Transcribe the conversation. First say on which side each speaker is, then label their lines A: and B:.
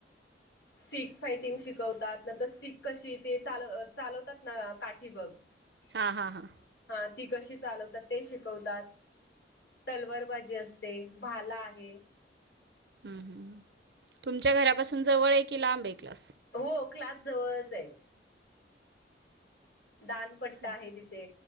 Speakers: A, on the left (about 75°); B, on the right (about 65°).
A: स्टिक फायटिंग शिकवतात न तर स्टक कशी ते चाल चालवतात ना काठी बग <unintelligible>
B: हा हा हां
A: हा ती कशी चालवतात ते शिक होतात. तलवार बाजी असते, भाला आहे.
B: हम् हम तुमच्या घरापासून जवळ आहे की लांब एक क्लास
A: हो क्लास जवळच आहे दानपट्टा
B: ठीक
A: आहे तिथे